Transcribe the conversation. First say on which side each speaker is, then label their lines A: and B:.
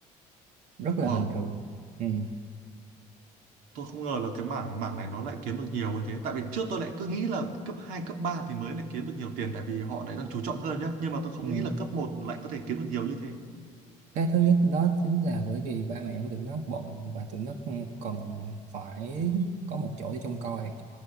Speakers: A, on the right; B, on the right.
A: rất là
B: wow,
A: bình thường ừ.
B: tôi không ngờ là cái mảng mảng này nó lại kiếm được nhiều như thế. Tại vì trước tôi lại cứ nghĩ là cấp 2 cấp 3 thì mới lại kiếm được nhiều tiền tại vì họ lại đang chú trọng hơn nhá. Nhưng mà tôi không
A: Ừ.
B: nghĩ là cấp một lại có thể kiếm được nhiều như thế.
A: Cái thứ nhất đó chính là bởi vì ba mẹ của tụi nó bận và tụi nó cần phải có một chỗ để trông coi